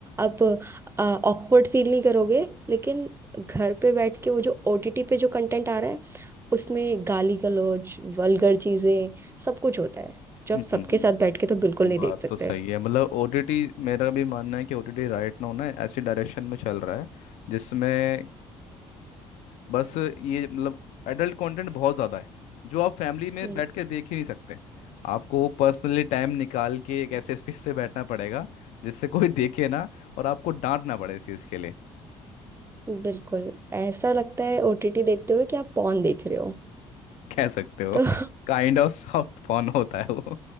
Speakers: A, on the right; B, on the left.
A: आप ऑकवर्ड फील नहीं करोगे लेकिन घर पे बैठ के वो जो ओटीटी पे जो कंटेंट आ रहा है उसमें गाली गलौज वल्गर चीजें सब कुछ होता है जो आप
B: हम्म
A: सबके साथ बैठ के तो बिल्कुल नहीं
B: बात
A: देख सकते
B: तो सही है मतलब ओटीटी मेरा भी मानना है कि ओटीटी राइट नाउ ना ऐसी डायरेक्शन में चल रहा है जिसमें बस ये मतलब एडल्ट कंटेंट बहुत ज़्यादा है जो आप फैमिली में
A: हम्म,
B: बैठ के देख ही नहीं सकते आपको पर्सनली टाइम निकाल के एक ऐसे स्पेस से बैठना पड़ेगा जिससे कोई देखे ना और आपको डांटना पड़े इस चीज़ के लिए
A: बिल्कुल ऐसा लगता है ओटीटी देखते हुए कि आप पॉन देख रहे हो
B: कह सकते हो
A: तो <laughs>
B: काइंड ऑफ सॉफ्ट पॉर्न होता है वो